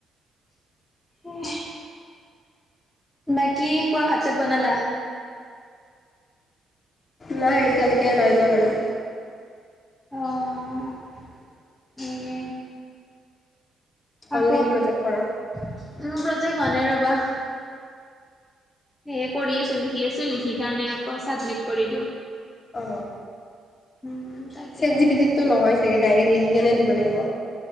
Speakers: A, on the left; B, on the left.
A: হে বাকী কোৱা ভাত চাত বনালা?
B: নাই এতিয়ালৈকে নাই যাম আৰু
A: অঁ সেইয়ে
B: হ'ল
A: আকৌ
B: নেকি প্ৰজেক্ট কৰা?
A: প্ৰজেক্ট হোৱা নাই ৰ'বা সেইয়ে কৰি আছো লিখি আছো লিখি কাৰণে আকৌ চাবমিট কৰি দিওঁ
B: অ
A: উম, তাকে।
B: চেট জি পিটিতটো নহয় চাগে ডাইৰেক্ট লিখি কেনে দিব লাগিব।